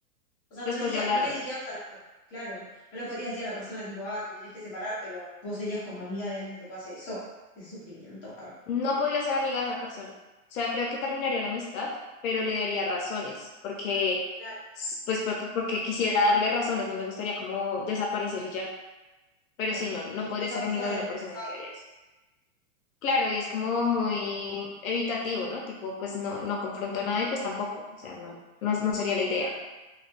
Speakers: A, on the left; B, on the left.
A: O sea,
B: Después
A: no diría,
B: de hablarlo.
A: no le dirías a la, claro, no le podrías decir a la persona tipo, ah, te tenés que separar, pero vos serías como amiga de alguien que te pueda hacer eso, ese sufrimiento. arre.
B: No podría ser amiga de esa persona. O sea, creo que terminaría la amistad, pero le daría razones, porque,
A: Claro.
B: s- pues, por- por- porque quisiera darle razones, no me gustaría como desaparecer y ya. Pero
A: Claro.
B: sí, no, no
A: Igual
B: podría
A: esa
B: ser
A: persona,
B: amiga
A: ¿sabes
B: de una
A: cómo
B: persona
A: sabe,
B: que haría
A: no?
B: eso. Claro, y es como
A: Esa persona.
B: muy evitativo, ¿no? Tipo, pues no, no confronto nada y pues tampoco. O sea, no, no es, no sería la idea.
A: Claro,